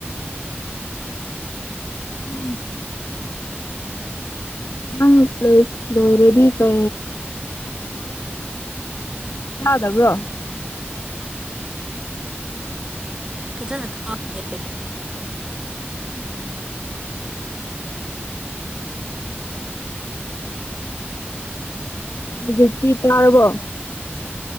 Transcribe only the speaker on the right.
ꯐꯖꯟ ꯑꯇꯥ <unintelligible>